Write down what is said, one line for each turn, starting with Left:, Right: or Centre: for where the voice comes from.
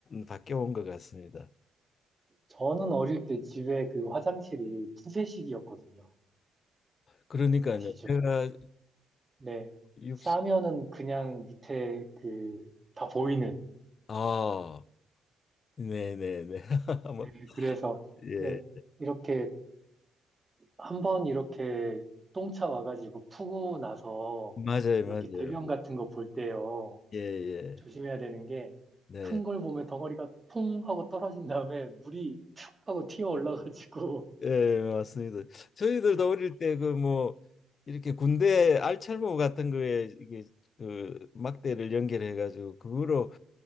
Left: 바뀌어 온 것 같습니다.
Right: 저는 어릴 때 집에 그 화장실이 푸세식이었거든요.
Left: 그러니까요,
Right: 아시죠?
Left: 제가
Right: 네.
Left: 60,
Right: 싸면은 그냥 밑에 그 다 보이는.
Left: 아 네네네. <laughs> 아마
Right: 네, 그래서
Left: 예
Right: 예, 이렇게 한 번 이렇게 똥차 와가지고 푸고 나서
Left: 맞아요
Right: 이렇게
Left: 맞아요.
Right: 대변 같은 거 볼 때요.
Left: 예예
Right: 조심해야 되는 게
Left: 네.
Right: 큰 걸 보면 덩어리가 퐁 하고 떨어진 다음에 물이 툭 하고 튀어 올라가지고
Left: 예 맞습니다. 저희들도 어릴 때 그 뭐 이렇게 군대 알찰모 같은 거에 이게 그 막대를 연결해 가지고 그거로